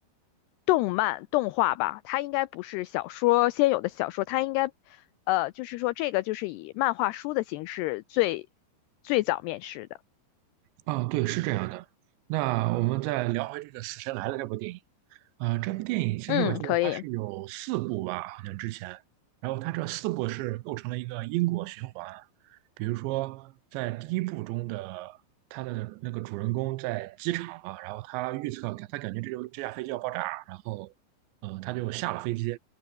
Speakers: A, on the left; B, on the right.
A: 动漫动画吧，它应该不是小说先有的小说，它应该，呃，就是说这个就是以漫画书的形式最最早面世的，
B: 啊，对，是这样的。那我们再聊回这个《死神来了》这部电影。呃，这部电影其实我记得它是有四部吧，
A: 嗯，可以。
B: 好像之前。然后它这四部是构成了一个因果循环。比如说，在第一部中的他的那个主人公在机场嘛，然后他预测，他感觉这就这架飞机要爆炸，然后，呃，他就下了飞机。